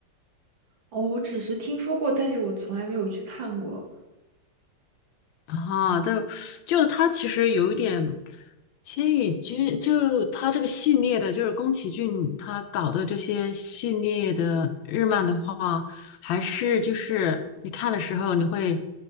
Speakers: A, on the right (about 75°); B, on the left (about 80°).
A: 哦，我只是听说过，但是我从来没有去看过。
B: 啊，就就他其实有一点千与君，就他这个系列的，就是宫崎骏他搞的这些系列的日漫的话，还是就是你看的时候，你会